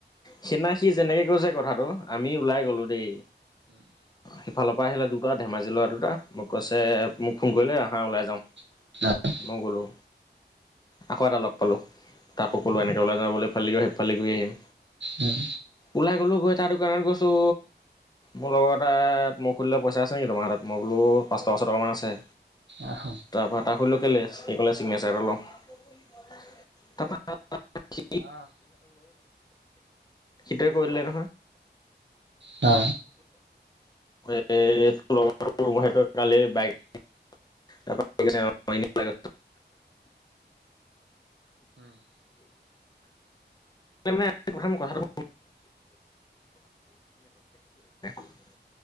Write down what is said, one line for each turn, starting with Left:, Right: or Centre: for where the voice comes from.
Left: সেইদিনা সি যেনেকে কৈছে কথাটো আমি ওলাই গলো দেই সিফালৰ পৰা আহিলে দুটা ধেমাজি লৰা দুটা মোক কৈছে মোক ফোন কৰিলে আহা ওলাই যাওঁ
Right: <unintelligible>
Left: মই গ'লোঁ আকৌ এটা লগ পালোঁ তাকো এনেকে ওলাই যাও বুলি ফালি আহি আহিম ফালি কৰি আহিম
Right: উম
Left: ওলাই গ'লোঁ গৈ তাৰ দোকানত গৈছোঁ মোৰ লগৰ এটাই মোক সুধিলে পইচা আছে নেকি তোমাৰ হাতত মই বোলো পাঁচটকা ছয় টকামান আছে
Right: আহ
Left: তাৰপৰা তাক সুধিলো কেলে সি ক'লে চিগনেচাৰ এটা লও তাৰ পৰা <unintelligible> সেইটোৱে কৰি দিলে নহয়
Right: অ
Left: এ এটো লগৰ সেইটো কালি বাইক <unintelligible> তাৰ মানে প্ৰথম কথাটো <unintelligible> <unintelligible>